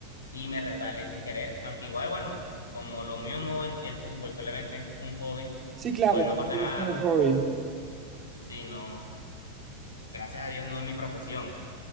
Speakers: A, on the left; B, on the right.
A: y me resbalé sin querer. Aunque igual, bueno, como lo mío no es el fútbol, solamente es un hobby,
B: sí, claro,
A: pues no
B: tú lo
A: pasa
B: tienes
A: nada.
B: como hobby.
A: Sí, no, gracias a Dios no es mi profesión,